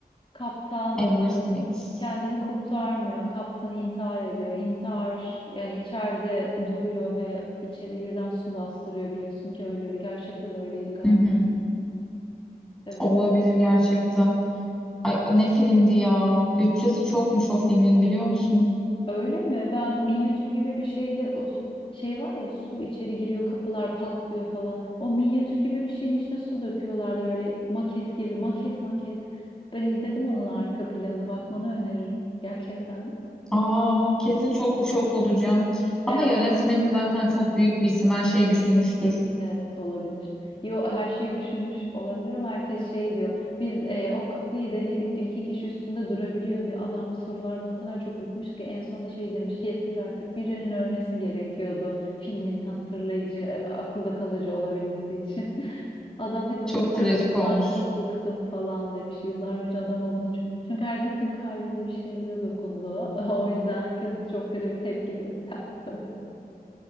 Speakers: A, on the left (about 35°); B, in the centre.
A: Kaptan
B: Edward Smith.
A: kendini kurtarmıyor. Kaptan intihar ediyor. İntihar yani içeride duruyor ve içeriği birden su bastırıyor biliyorsun ki öyle öyle. Gerçekte de öyleydi galiba.
B: Hı hı.
A: Evet.
B: Olabilir gerçekten. Ay ne filmdi ya. Bütçesi çokmuş o filmin biliyor musun?
A: Öyle mi? Ben minyatür gibi bir şeyde o s- şey var ya su içeri giriyor kapılar patlıyor falan. O minyatür gibi bir şeyin içine su döküyorlardı böyle maket gibi maket maket. Ben izledim onun arka planı bakmanı öneririm gerçekten.
B: Aa kesin çok şok olacağım.
A: Evet.
B: Ama yönetmeni zaten çok büyük bir isim her şeyi düşünmüştür.
A: Evet olabilir. Yo her şeyi düşünmüş olabilir ama herkes şey diyor. Biz e, o kapıyı denedik diyor. iki kişi üstünde durabiliyor diyor. Adam sorulardan o kadar çok bıkmış ki en sonunda şey demiş. Yeter artık birinin ölmesi gerekiyordu. Filmin hatırlayıcı, e, akılda kalıcı olabilmesi için. <laughs> Adam diyor ki
B: Çok
A: bunun sorulmasından
B: trajik olmuş.
A: çok bıktım falan demiş. Yıllar boyunca adama bunu çok... Çünkü herkesin kalbinde bir şeylere dokundu. <laughs> O yüzden herkes çok kötü bir tepki gösterdi tabii.